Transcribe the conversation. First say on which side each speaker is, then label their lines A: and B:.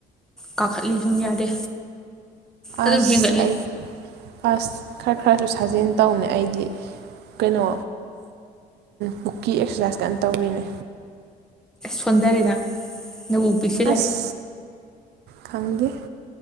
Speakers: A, in the centre; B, on the right.
A: ꯀꯥꯈꯠꯂꯤ ꯁꯨꯝ ꯌꯥꯗꯦ꯫ ꯑꯗꯨꯝ
B: ꯑꯁ
A: ꯍꯦꯟꯒꯠꯂꯤ
B: ꯑꯩ ꯑꯁ ꯈꯔ ꯈꯔꯁꯨ ꯁꯥꯖꯦꯟ ꯇꯧꯅꯦ ꯑꯩꯗꯤ꯫ ꯀꯩꯅꯣ ꯕꯨꯛꯀꯤ ꯑꯦꯛꯁꯔꯁꯥꯏꯁ ꯀ ꯇꯧꯔꯤꯅꯦ꯫
A: ꯁꯣꯟꯗꯔꯦꯅ ꯅ ꯎ ꯄꯁꯤꯂꯦ꯫
B: ꯑꯁ ꯈꯪꯗꯦ